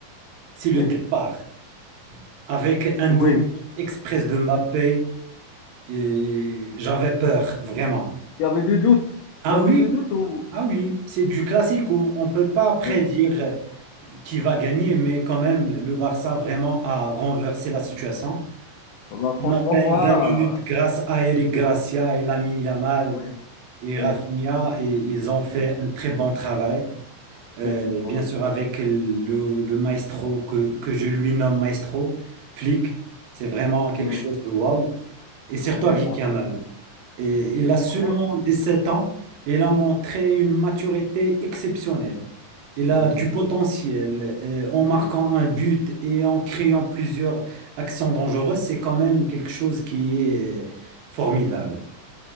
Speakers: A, on the right; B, on the left.
A: C'est le
B: oui,
A: départ. Avec un
B: oui.
A: double express de Mbappé, et j'avais peur, vraiment.
B: Il y avait des doutes.
A: Ah
B: Tu avais
A: oui,
B: des doutes ou...
A: ah oui, c'est du classico. On ne peut pas prédire
B: Oui.
A: qui va gagner, mais quand même, le Barça vraiment a renversé la situation.
B: Ah Bah, franchement,
A: En à peine
B: moi,
A: 20 minutes,
B: euh,
A: grâce à Eric Gracia et Lamine Yamal
B: oui,
A: et
B: oui,
A: Rafinha, et ils ont fait
B: oui.
A: un très bon travail.
B: Effectivement,
A: Euh, bien
B: oui.
A: sûr avec le, le maestro que, que je lui nomme maestro, Flick, c'est vraiment quelque
B: Oui,
A: chose de waouh. Et surtout
B: oui,
A: avec
B: franchement.
A: Yamal. Et il a seulement
B: Fran-
A: 17 ans et il a montré une maturité exceptionnelle. Il
B: Oui,
A: a du
B: oui,
A: potentiel. euh, en marquant
B: oui.
A: un but et en créant plusieurs accents dangereux, c'est quand même quelque chose qui est euh, formidable.